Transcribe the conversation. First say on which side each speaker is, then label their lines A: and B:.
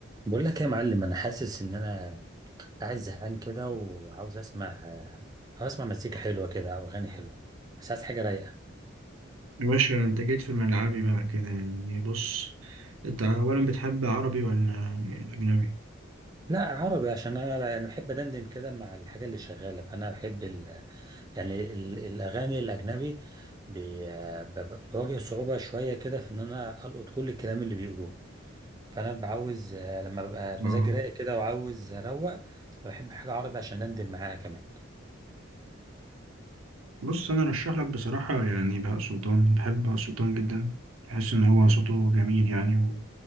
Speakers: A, on the right; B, on the right.
A: بقول لك إيه يا معلم انا حاسس ان انا قاعد زهقان كده وعاوز اسمع عاوز اسمع مزيكا حلوه كده او اغاني حلوه بس عايز حاجه رايقه
B: يا باشا انت جيت في ملعبي بقى كده يعني بص انت اولا بتحب عربي ولا اجنبي
A: لا عربي عشان انا يعني بحب ادندن كده مع الحاجه اللي شغاله فانا بحب ال... يعني ال... الاغاني الاجنبي بي... ب- ب- بواجه صعوبه شويه كده في ان انا القط كل الكلام اللي بيقولوه فانا بعوز لما ببقى
B: اه
A: مزاجي رايق كده وعاوز اروق بحب حاجه عربي عشان اندم معاها كمان
B: بص انا ارشح لك بصراحه يعني بهاء سلطان بحب بهاء سلطان جدا بحس ان هو صوته جميل يعني و...